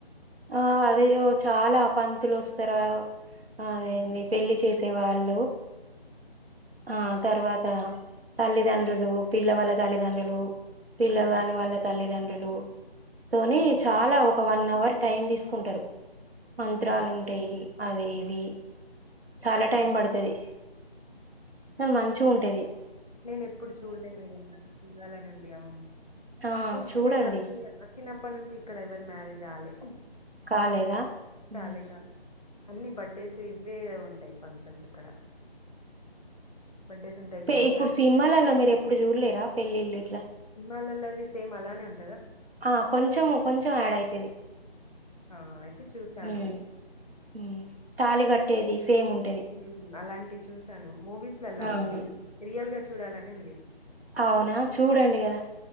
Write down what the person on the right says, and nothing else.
ఆ అది ఓ చాలా పంతులు వస్తారు అదేంది
పెళ్ళి చేసి తె వాళ్ళు ఆ తర్వాత తల్లిదండ్రులు పిల్ల వాళ్ళ తల్లిదండ్రులు పిల్లగాని
వాళ్ళ తల్లిదండ్రు హలో తోని
చాలా ఒ ఒక వన్ అవర్ టైం తీసుకుంటరు. మంత్రాలుంటయి.
అదే ఇది చాలా
టైం బడుతది అ మంచిగా ఉంటేది
ఆ
చూడండి
కాలేదా
ఉమ్
పే
ఇప్పుడు సినిమాలలో మీరు ఎప్పుడు చూడలేరా పెళ్ళిళ్ళు ఇట్లా
ఆ కొంచెము కొంచెం యాడ్ అయితుది
ఉమ్ ఉమ్ తాలి కట్టేది సేమ్ ఉంటది
ఆహా
అవునా చూడండి కదా